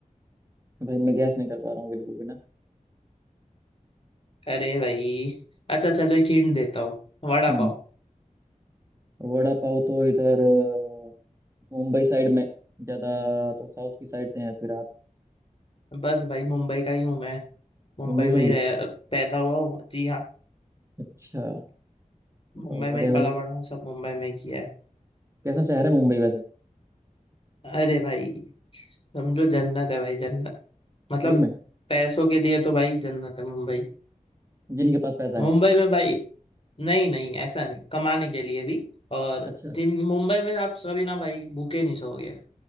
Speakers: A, on the right; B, on the left.
A: भाई मैं गैस नहीं कर पा रहा हूँ बिल्कुल भी ना
B: अरे भाई अच्छा चलो एक हिंट देता हूँ वड़ा
A: हम्म
B: पाव
A: वड़ा पाव तो इधर अ, मुंबई साइड में ज़्यादा तो साउथ की साइड से हैं फिर आप
B: बस भाई मुंबई का ही हूँ मैं मुंबई
A: मुंबई
B: में
A: से ही
B: ही रह पैदा हुआ हूँ जी हाँ
A: अच्छा
B: मुंबई
A: बहुत
B: में
A: बढ़िया
B: ही पला
A: भाई
B: बड़ा हूँ सब मुंबई में ही किया है
A: कैसा शहर है मुंबई वैसे
B: अरे भाई समझो जन्नत है भाई जन्नत मतलब
A: सही में
B: पैसों के लिए तो भाई जन्नत है मुंबई
A: जिनके पास पैसा
B: मुंबई
A: है
B: में भाई नहीं नहीं ऐसा नहीं कमाने के लिए भी और
A: अच्छा
B: जिन मुंबई में आप सभी ना भाई भूखे नहीं सोओगे